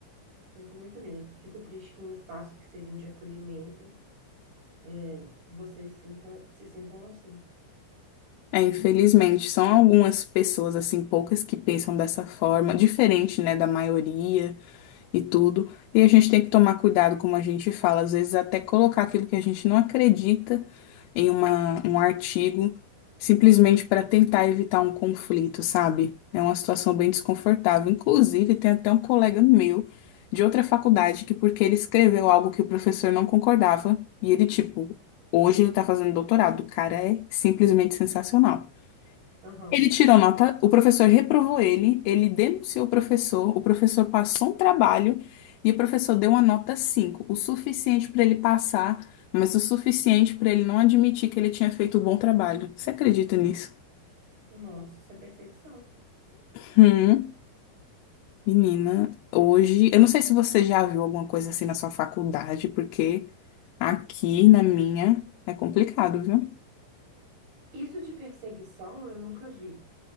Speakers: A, on the right; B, on the left.
A: Sinto muito mesmo. Fico triste que em espaços que seriam de acolhimento, é, vocês sintam, se sintam assim.
B: É, infelizmente, são algumas pessoas, assim, poucas que pensam dessa forma, diferente, né, da maioria. e tudo. E a gente tem que tomar cuidado, como a gente fala, às vezes até colocar aquilo que a gente não acredita em uma, um artigo, simplesmente para tentar evitar um conflito, sabe? É uma situação bem desconfortável. Inclusive, tem até um colega meu de outra faculdade que, porque ele escreveu algo que o professor não concordava, e ele, tipo, hoje ele tá fazendo doutorado. O cara é simplesmente sensacional.
A: Aham.
B: Ele tirou nota, o professor reprovou ele, ele denunciou o professor, o professor passou um trabalho e o professor deu uma nota 5, o suficiente para ele passar, mas o suficiente para ele não admitir que ele tinha feito um bom trabalho. Você acredita nisso?
A: Nossa, isso é perseguição.
B: Hum, menina, hoje, eu não sei se você já viu alguma coisa assim na sua faculdade, porque aqui na minha é complicado, viu?
A: Isso de perseguição eu nunca vi.